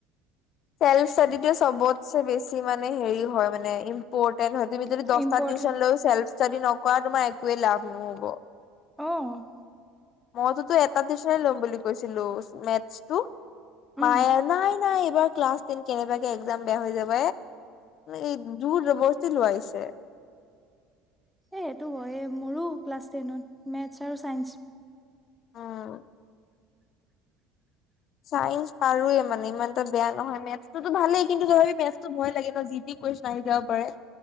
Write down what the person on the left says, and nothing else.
চেলফ স্তাদীটোয়ে চবতে বেছি মানে হেৰি হয় মানে ইম্পৰ্টেন হয় তুমি যদি দহটা
ত লৈ ছেলফ ষ্টাডি নকৰা তোমাৰ একোৱে লাভ নহ'ব।
মইতোতো এটা টিউচন ল'ম বুলি কৈছিলো, মেথছটো। মায়
নাই-নাই। এইবাৰ ক্লাছ টেন কেনেবাকে একজাম বেয়া হৈ যাব। এই, যোৰ যবৰজস্তি লোৱা হৈছে।
অ', চাইন্ঞ্চ পাৰোয়ে মানে ইমান এটা বেয়া নহয়। মে তো ভালেই কিন্তু তথাপি মাটছ ভয় লাগে ন, যি, টি কুৱেশন আহি যাব পাৰে।